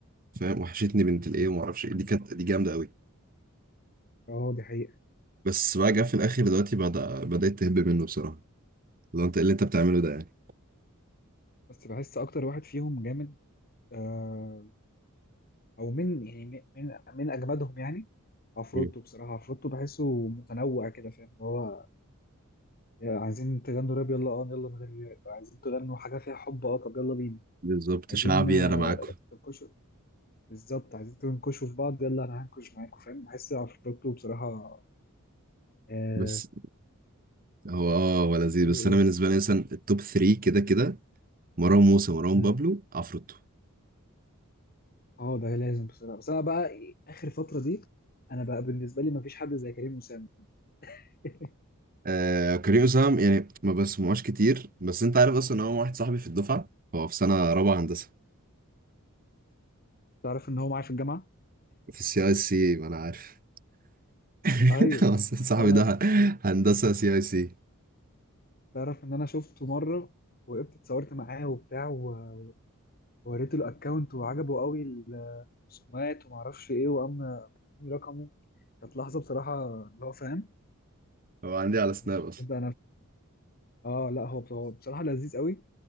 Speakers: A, on the right; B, on the left.
A: فاهم وحشتني بنت الايه وما اعرفش إيه. دي كانت دي جامده قوي
B: اه دي حقيقه
A: بس بقى جه في الاخر دلوقتي بدأ بدأت تهب منه بصراحه لو انت إيه اللي انت بتعمله ده يعني
B: بس بحس اكتر واحد فيهم جامد آه، او من يعني من من اجمدهم يعني عفروتو
A: مم.
B: بصراحه عفروتو بحسه متنوع كده فاهم اللي هو يا عايزين تغنوا راب يلا اه يلا من غير راب عايزين تغنوا حاجه فيها حب اه طب يلا بينا
A: بالظبط
B: عايزين
A: شعبي
B: آه،
A: انا معاكم
B: تنكشوا بالظبط عايزين تنكشوا في بعض يلا انا هنكش معاكم فاهم بحس عفروتو بصراحه آه
A: بس هو اه هو لذيذ
B: ايه
A: بس
B: يقول
A: انا بالنسبه لي مثلا التوب 3 كده كده مروان موسى مروان
B: مم.
A: بابلو عفروتو
B: اه ده لازم بصراحه بس انا بقى اخر فتره دي انا بقى بالنسبه لي ما فيش حد زي كريم اسامه <laughs>
A: آه كريم أسام يعني ما بسمعوش كتير بس انت عارف اصلا ان هو واحد صاحبي في الدفعة هو في سنة رابعة هندسة
B: تعرف ان هو معايا في الجامعه
A: في السي اي سي ما انا عارف <laughs>
B: ايوه
A: اصلا صاحبي
B: لا لا
A: ده هندسة سي اي سي
B: تعرف ان انا شفته مره وقفت اتصورت معاه وبتاع و- ووريته الاكونت وعجبه قوي الرسومات وما اعرفش ايه وقام اداني رقمه كانت لحظه بصراحه اللي هو فاهم
A: هو عندي على سناب
B: انا مش
A: اصلا
B: مصدق انا اه لا هو بص- هو بصراحه لذيذ قوي